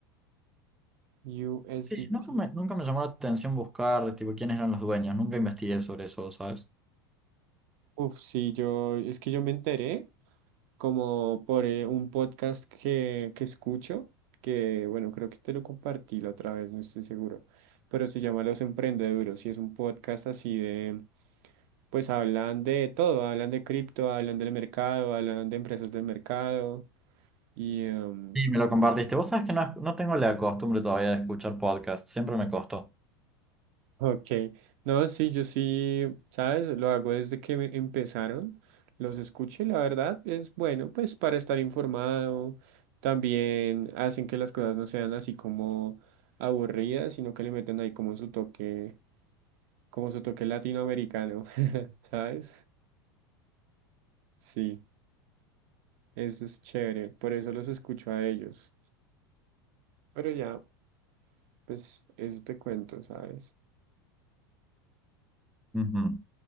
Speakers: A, on the right (about 60°); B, in the centre.
A: USDT.
B: Sí, nunca me, nunca me llamó la atención buscar, tipo, quiénes eran los dueños, nunca investigué sobre eso, ¿sabes?
A: Uf, sí, yo, es que yo me enteré como por eh, un podcast que, que escucho, que bueno, creo que te lo compartí la otra vez, no estoy seguro, pero se llama Los Emprendeduros y es un podcast así de, pues hablan de todo, hablan de cripto, hablan del mercado, hablan de empresas del mercado y... em,
B: Y me lo compartiste. Vos sabés que no, no tengo la costumbre todavía de escuchar podcasts, siempre me costó.
A: Ok, no, sí, yo sí, ¿sabes? Lo hago desde que me empezaron, los escucho y la verdad es bueno, pues para estar informado, también hacen que las cosas no sean así como aburridas, sino que le meten ahí como su toque, como su toque latinoamericano, <laughs> ¿sabes? Sí, eso es chévere, por eso los escucho a ellos, pero ya, pues eso te cuento, ¿sabes?
B: Ujú.